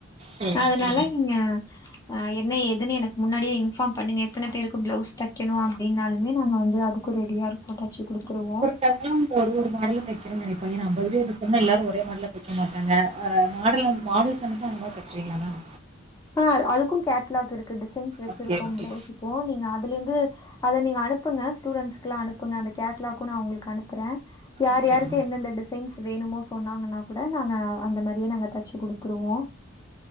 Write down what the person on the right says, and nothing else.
சரி
சரி
தங்களு ஒரு ஒரு மாடல்ல தெக்கனுன் நெனைப்பாய்ங்க ஏனா அம்பது பேர்ருக்கோம்னா எல்லாரு ஒரே மாடல்ல தெக் க மாட்டாங்க அ மாடல் வந் மாடல் தந்துட்டா அந்த மாரி தச்சிருவீங்ளா மேம்
ஓகே ஓகே ஓகே
ஓகே
மேம்